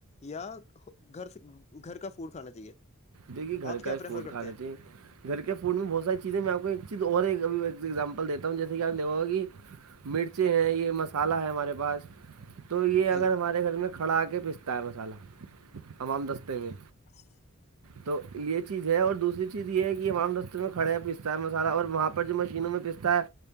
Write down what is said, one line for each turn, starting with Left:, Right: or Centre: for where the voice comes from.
Left: یا گھر سے گھر کا فوڈ کھانا چاہیے
Right: دیکھیے گھر
Left: آپ
Right: کا
Left: کیا
Right: ہی
Left: پریفر
Right: فوڈ کھا
Left: کرتے
Right: رہے
Left: ہیں
Right: تھے گھر کے فوڈ میں بہت ساری چیزیں میں آپ کو ایک چیز اور ایک اب ایک ایگزامپل دیتا ہوں جیسے کہ آپ دا گا کہ مرچیں ہیں یہ مسالحہ ہے ہمارے پاس تو یہ اگر
Left: جی
Right: ہمارے گھر میں کھڑا آ کے پستا ہے مصالحہ تمام دستے میں
Left: اچھا
Right: تو یہ چیز ہے اور دوسری چیز یہ ہے کہ ہمام رستے میں کھڑے ہیں پیستا ہے مسالہ اور وہاں پر جو مشینوں میں پستا ہے